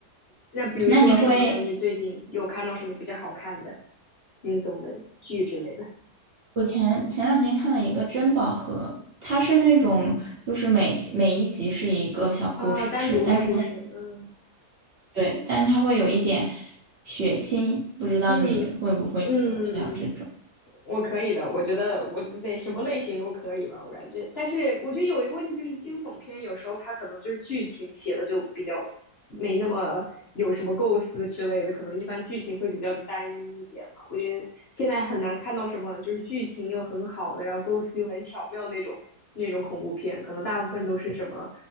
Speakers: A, on the left; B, on the right.
A: 那比如说什么嘞？
B: 那你会
A: 你最近有看到什么比较好看的、惊悚的剧之类的？
B: 我前前两天看了一个珍宝盒，它是那种就是每每一集是一个小故事，
A: 哦，单独的故事，
B: 但是它
A: 嗯
B: 对，但是它会有一点血腥，不知道你会不会受得了这种？
A: 嗯。嗯嗯，我可以的，我觉得我得什么类型都可以吧，我感觉。但是我觉得有一个问题就是惊悚片有时候它可能就是剧情写的就比较没那么有什么构思之类的，可能一般剧情会比较单一一点嘛。我觉得现在很难看到什么就是剧情又很好的，然后构思又很巧妙那种那种恐怖片，可能大部分都是什么。